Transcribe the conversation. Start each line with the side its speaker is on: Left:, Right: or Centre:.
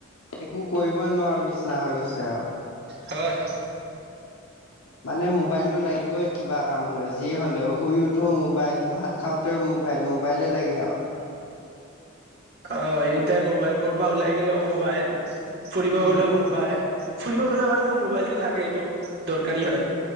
Left: একো কৰিবই নোৱাৰো নিচিনা হৈ গৈছে আৰু।
Right: হয়।
Left: মানে মোবাইলটো লাগিবই কিবা কাম হ'লেও যি হ'লেও, শুই উঠোঁ মোবাইল, ভাত খাওঁ তেওঁ মোবাইল, মোবাইলে লাগে আৰু।
Right: অ' এনিটাইম মোবাইল ক'তবা ওলাই গলেও মোবাইল, ফুৰিব
Left: উম,
Right: গলেও মোবাইল। ফুৰিব গলে বাৰু মোবাইলটো লাগে এইটো দৰকাৰী হয়।